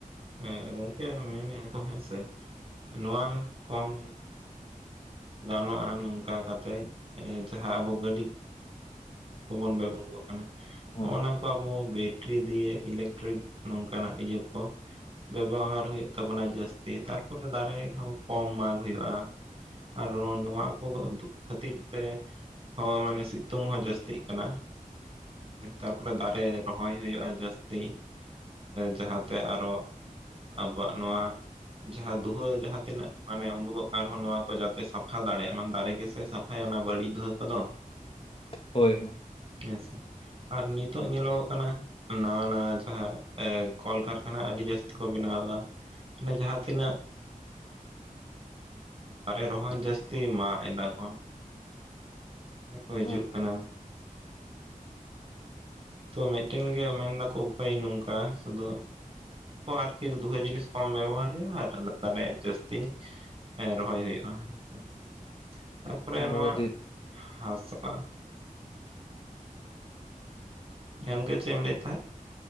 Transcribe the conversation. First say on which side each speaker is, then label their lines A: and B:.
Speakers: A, on the right; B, on the left.
A: ᱦᱮᱸ ᱜᱚᱝᱠᱮ ᱢᱮᱱᱮᱫ ᱟᱠ ᱠᱚ ᱦᱮᱸ ᱥᱮ ᱱᱚᱣᱟ ᱠᱚᱢ ᱜᱟᱱᱚᱜᱼᱟ ᱱᱚᱝᱠᱟ ᱠᱟᱛᱮᱜ ᱡᱟᱦᱟᱸ ᱟᱵᱚ ᱜᱟᱹᱰᱤ ᱵᱚᱱ ᱵᱮᱰᱚᱜ ᱠᱟᱱᱟ
B: ᱦᱳᱭ
A: ᱦᱚᱸᱜᱼ ᱚᱱᱟ ᱠᱚ ᱟᱵᱚ ᱵᱮᱴᱨᱤ ᱫᱤᱭᱮ ᱤᱞᱮᱠᱴᱨᱤᱠ ᱱᱚᱝᱠᱟᱱᱟᱜ ᱤᱭᱟᱹ ᱠᱚ ᱵᱮᱵᱚᱦᱟᱨ ᱦᱩᱭᱩᱜ ᱛᱟᱵᱚᱱᱟ ᱡᱟᱹᱥᱛᱤ ᱛᱟᱨᱯᱚᱨᱮ ᱫᱟᱨᱮ ᱦᱚᱸ ᱠᱚᱢ ᱢᱟᱜ ᱦᱩᱭᱩᱜᱼᱟ᱾ ᱟᱨ ᱱᱚᱣᱟ ᱠᱚᱫᱚ ᱠᱤᱫᱩᱜ ᱠᱷᱟᱹᱛᱤᱨ ᱛᱮ ᱦᱚᱸ ᱢᱟᱱᱮ ᱥᱤᱛᱩᱝ ᱦᱚᱸ ᱡᱟᱹᱥᱛᱤ ᱡᱟᱹᱥᱛᱤᱜ ᱠᱟᱱᱟ ᱛᱟᱨᱯᱚᱨᱮ ᱫᱟᱨᱮ ᱨᱚᱦᱚᱭ ᱦᱩᱭᱩᱜᱼᱟ ᱡᱟᱹᱥᱛᱤ ᱡᱟᱦᱟᱸᱛᱮ ᱟᱨᱚ ᱟᱵᱚᱣᱟᱜ ᱱᱚᱣᱟ ᱡᱟᱦᱟᱸ ᱫᱩᱦᱟᱹ ᱡᱟᱦᱟᱸ ᱛᱤᱱᱟᱹᱜ ᱢᱟᱱᱮ ᱩᱰᱩᱠᱚᱜ ᱠᱟᱱ ᱨᱮᱦᱚᱸ ᱱᱚᱣᱟ ᱠᱚ ᱡᱟᱛᱮ ᱥᱟᱯᱷᱟ ᱫᱟᱲᱮᱭᱟᱜ ᱢ ᱫᱟᱨᱮ ᱜᱮᱥᱮ ᱥᱟᱯ ᱦᱳᱭ ᱚᱱᱟ ᱵᱟᱹᱲᱤᱡ ᱫᱷᱩᱣᱟᱹ ᱠᱚᱫᱚ
B: ᱦᱳᱭ ᱢᱟ
A: ᱦᱮᱸᱥᱮ ᱟᱨ ᱱᱤᱛᱚᱜ ᱧᱮᱞᱚᱜᱚᱜ ᱠᱟᱱᱟ ᱱᱟᱣᱟ-ᱱᱟᱣᱟ ᱡᱟᱦᱟᱸ ᱮ ᱠᱚᱞᱠᱟᱨᱠᱷᱟᱱᱟ ᱟᱹᱰᱤ ᱡᱟᱹᱥᱛᱤ ᱠᱚ ᱵᱮᱱᱟᱣ ᱮᱫᱟ ᱢᱟᱱᱮ ᱡᱟᱦᱟᱸ ᱛᱤᱱᱟᱹᱜ ᱫᱟᱨᱮ ᱨᱚᱦᱚᱭ ᱡᱟᱹᱥᱛᱤ ᱢᱟᱜ ᱮᱫᱟ ᱠᱚ, ᱠᱚ ᱦᱤᱡᱩᱜ
B: ᱦᱮᱸ
A: ᱠᱟᱱᱟ ᱛᱚ ᱢᱤᱫᱴᱮᱱ ᱜᱮ ᱢᱮᱱᱫᱟᱠᱚ ᱩᱯᱟᱹᱭ ᱱᱚᱝᱠᱟ ᱥᱩᱫᱩ ᱟᱨᱠᱤ ᱫᱷᱩᱣᱟᱹ ᱡᱤᱱᱤᱥ ᱠᱚᱢ ᱵᱮᱵᱚᱦᱟᱨᱭᱟ ᱟᱨᱮ ᱡᱟᱹᱥᱛᱤ ᱨᱚᱦᱚᱭ ᱦᱩᱭᱩᱜᱼᱟ ᱦᱮᱸ ᱥᱮ ᱛᱟᱨᱯᱚᱨᱮ
B: ᱚᱱᱟ
A: ᱱᱚᱣᱟ
B: ᱫᱚ ᱟᱹᱰᱤ
A: ᱦᱟᱥᱟ ᱜᱮᱚᱝᱠ ᱪᱮ ᱮᱢ ᱞᱟᱹᱭᱮᱫ ᱛᱟᱦᱮᱸ?